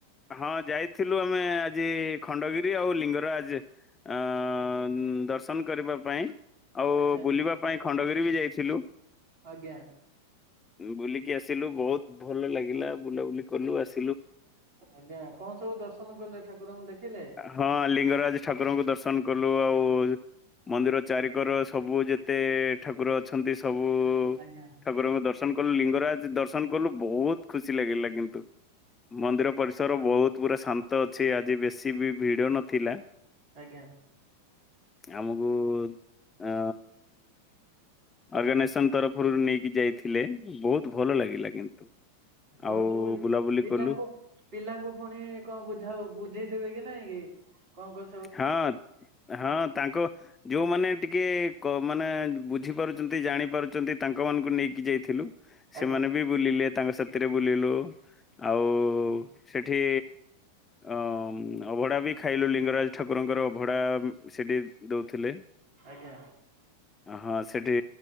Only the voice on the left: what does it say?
ହଁ ଯାଇଥିଲୁ ଆମେ ଆଜି ଖଣ୍ଡଗିରି ଆଉ ଲିଙ୍ଗରାଜ। ଅଁ ଦର୍ଶନ କରିବା ପାଇଁ। ଆଉ
ବୁଲିବା ପାଇଁ ଖଣ୍ଡଗିରି ବି ଯାଇଥିଲୁ।
ବୁଲିକି ଆସିଲୁ ବୋହୁତ ଭଲ ଲାଗିଲା ବୁଲାବୁଲି କଲୁ ଆସ୍
ହଁ ଲିଙ୍ଗରାଜ ଠାକୁରଙ୍କୁ ଦର୍ଶନ କଲୁ ଆଉ ମନ୍ଦିର ଚାରିିକର ସବୁ ଯେତେ ଠାକୁର ଅଛନ୍ତି ସବୁ
ଠାକୁରଙ୍କୁ ଦର୍ଶନ କଲୁ ଲିଙ୍ଗରାଜ ଦର୍ଶନ କଲୁ ବହୁତ ଖୁସି ଲାଗିଲା କିନ୍ତୁ। ମନ୍ଦିର ପରିସର ବହୁତ ପୁରା ଶାନ୍ତ ଅଛି ଆଜି ବେଶୀ ବି ଭିଡ଼ ନଥିଲା।
ଆମୁକୁ ଅ ଅର୍ଗାନାଇସନ୍ ତରଫରୁ ନେଇକି ଯାଇ ଥିଲେ ବହୁତ ଭଲ ଲାଗିଲା କିନ୍ତୁ
ଆଉ
ବୁଲାବୁଲି
କଲୁ।
ହଁ ହଁ ତାଙ୍କ ଯୋଉମାନେ ଟିକେ କ ମାନେ ବୁଝିପାରୁଚନ୍ତି ଜାଣିପାରୁଚନ୍ତି ତାଙ୍କମାନଙ୍କୁ ନେଇକି ଯାଇଥିଲୁ। ସେମାନେ
ବି ବୁଲିଲେ ତାଙ୍କ ସାଥିରେ ବୁଲିଲୁ। ଆଉ ସେଠି ଅଁ ଅଭଡ଼ା ବି ଖାଇଲୁ ଲିଙ୍ଗରାଜ ଠାକୁରଙ୍କର ଭଡା ସେଠି ଦଉଥିଲେ।
ହଁ ସେଇଠି